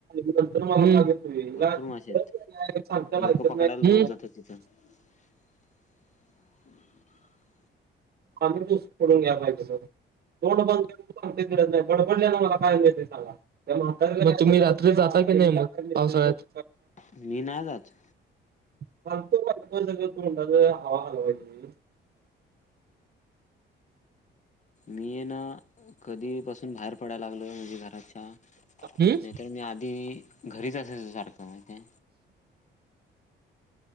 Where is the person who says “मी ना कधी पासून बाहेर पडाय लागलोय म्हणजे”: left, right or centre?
Left